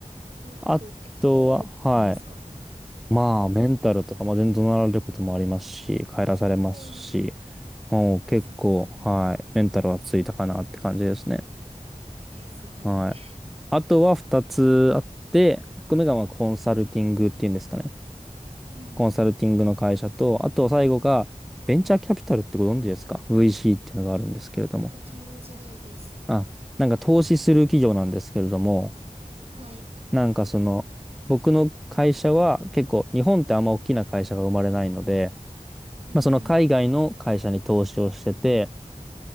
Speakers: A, on the right; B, in the centre.
A: ー、なるほど。
B: あとは、
A: え、鍛えられたんですか
B: はい。まあ、メンタルとか、まあ、全然怒鳴られることもありますし、帰らされますし、
A: ああ
B: もう結構、
A: ー、まあそうですよね。
B: はい。メンタルはついたかなって感じですね。
A: えー、すごい。
B: はい。
A: <laughs>
B: あとは二つあって、一個目がまあコンサルティングっていうんですかね。
A: うんうんうん。
B: コンサルティングの会社と、あと最後がベンチャーキャピタルってご存知ですか ?VC っていうのがあるんですけれども。
A: あ、あ、存じないです。
B: あ、なんか投資する企業なんですけれども、
A: はい。
B: なんかその、僕の会社は結構日本ってあんま大きな会社が生まれないので、
A: うんうん。
B: まあその海外の会社に投資をしてて、